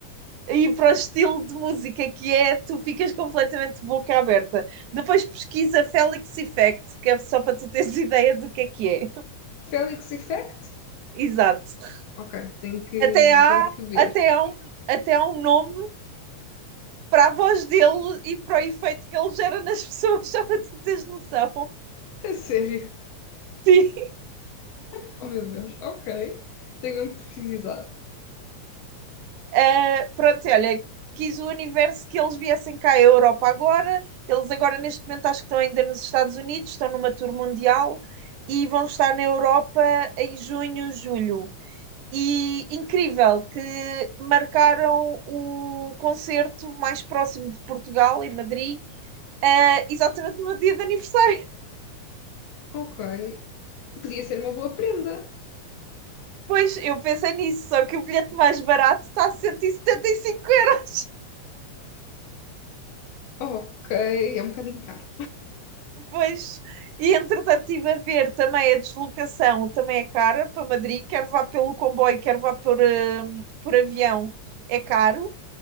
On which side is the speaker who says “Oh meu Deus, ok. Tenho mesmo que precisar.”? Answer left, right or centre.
Left